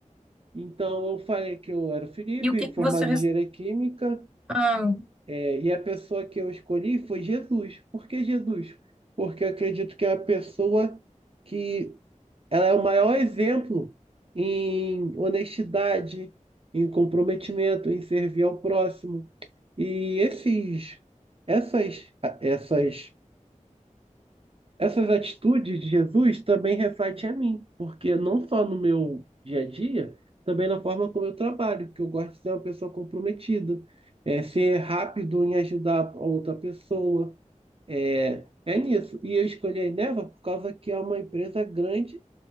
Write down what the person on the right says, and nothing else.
Então, eu falei que eu era o Felipe,
formado
em engenharia química,
É, E a pessoa que eu escolhi foi Jesus. Por que Jesus? Porque eu acredito que é a pessoa que ela é o maior exemplo em honestidade, em comprometimento, em servir ao próximo. E esses, essas, essas, essas atitudes de Jesus também refletem a mim, porque não só no meu dia a dia, também na forma como eu trabalho, que eu gosto de ser uma pessoa comprometida, é, ser rápido em ajudar a outra pessoa é, é nisso. E eu escolhi a Eneva por causa que é uma empresa grande